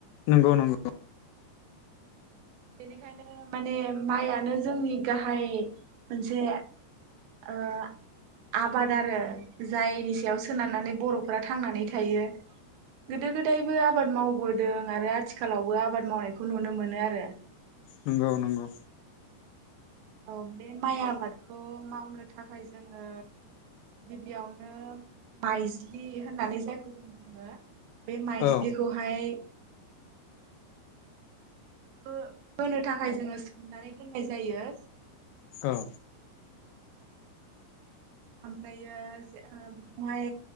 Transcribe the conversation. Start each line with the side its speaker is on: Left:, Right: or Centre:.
Left: नंगौ नंगौ।
Right: बेनिखायनो माने माइयानो जोंनि गाहाय मोनसे ओ आबाद आरो जायनि सायाव सोनारनानै बर'फोरा थांनानै थायो गोदो गोदायबो आबाद मावबोदों आरो आथिखालावबो आबाद मावनायखौ नुनो मोनो आरो।
Left: नोंगौ नोंगौ।
Right: औ बे माइ आबादखौ मावनो थाखाय जोङो गिबियावनो माइज्लि होननानै जायखौ जों बुङो। बे माइस्लिखौहाय
Left: औ
Right: फो-फोनो थाखाय जोङो सोमनानै दोननाय जायो।
Left: औ।
Right: ओमफ्रायो बेखौहाय